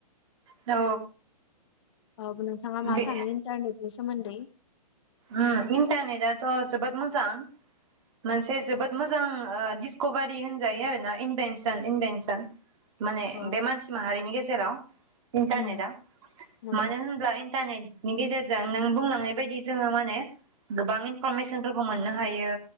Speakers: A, on the right (about 45°); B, on the left (about 45°).
A: औ।
B: अ नोंथाङा मा
A: बे
B: सानो इन्टारनेट नि सोमोनदै?
A: ओम इन्टारनेटथ' जोबोद मोजां। मोनसे जोबोद मोजां डिसकभारि होनजायो आरोना इनभेनसन इनभेनसन। माने
B: औ
A: बे मानसि माहारिनि गेजेराव इन्टारनेटआ
B: उम नंगौ
A: मानो होनब्ला इन्टारनेट नि गेजेरजों नों बुंलांनाय बायदि जोङो माने गोबां इनफरमेसनफोरखौ मोननो हायो